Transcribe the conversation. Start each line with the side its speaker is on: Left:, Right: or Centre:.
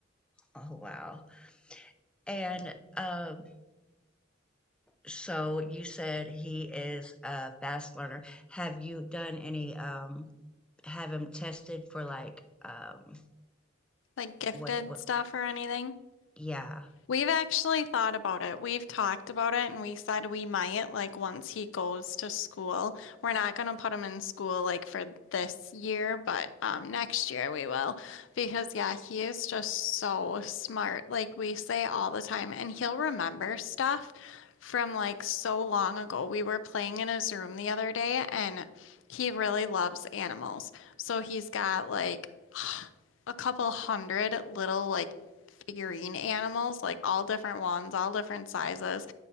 Centre: Oh, wow. And um So you said he is a fast learner. Have you done any um have him tested for like um
Left: Like gifted
Centre: what what
Left: stuff or anything.
Centre: yeah. <laughs>
Left: We've actually thought about it. We've talked about it and we said we might, like, once he goes to school. We're not going to put him in school like for this year, but um next year we will. Because yeah, he is just so smart. Like we say all the time and he'll remember stuff from like so long ago. We were playing in his room the other day and he really loves animals. So he's got like a couple hundred little like figurine animals, like all different ones, all different sizes.